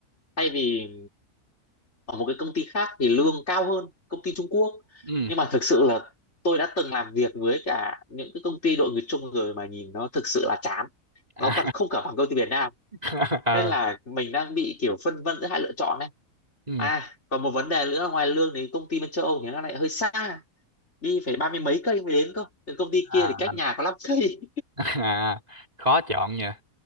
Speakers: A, on the left; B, on the right.
A: thay vì ở một cái công ty khác thì lương cao hơn công ty Trung Quốc
B: ừ
A: nhưng mà thực sự là tôi đã từng làm việc với cả những cái công ty đội người Trung rồi mà nhìn nó thực sự là chán
B: à,
A: nó còn không cả bằng công ty Việt Nam
B: <laughs> ờ,
A: nên là mình đang bị kiểu phân vân giữa hai lựa chọn này
B: ừ
A: à còn một vấn đề nữa là ngoài lương thì công ty bên châu Âu thì nó lại hơi xa đi phải ba mươi mấy cây mới đến cơ Từ công ty
B: à,
A: kia thì cách nhà có năm cây
B: <laughs> à, khó chọn nhỉ.